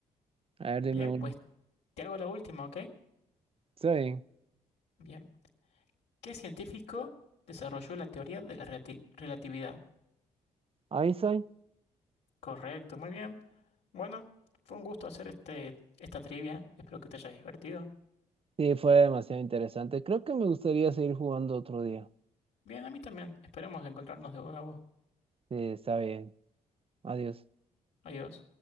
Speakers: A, on the right; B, on the left.
A: a ver, dime
B: Bien,
A: uno.
B: pues te hago la última, ¿ok?
A: Está bien.
B: Bien. ¿Qué científico desarrolló la teoría de la relati- relatividad?
A: Einstein.
B: Correcto, muy bien. Bueno, fue un gusto hacer este, esta trivia. Espero que te haya divertido.
A: Sí, fue demasiado interesante. Creo que me gustaría seguir jugando otro día.
B: Bien, a mí también. Esperemos encontrarnos de nuevo.
A: Sí, está bien. Adiós.
B: Adiós.